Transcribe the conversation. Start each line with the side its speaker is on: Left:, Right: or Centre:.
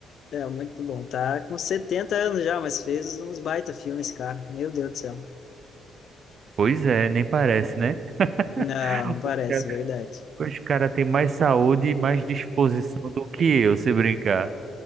Left: é muito bom. Tá com 70 anos já, mas fez uns baita filmes, cara. Meu Deus do céu.
Right: Pois é, nem parece, né?
Left: Não,
Right: <laughs>
Left: não parece,
Right: Os caras
Left: verdade.
Right: os cara têm mais saúde e mais disposição do que eu, se brincar.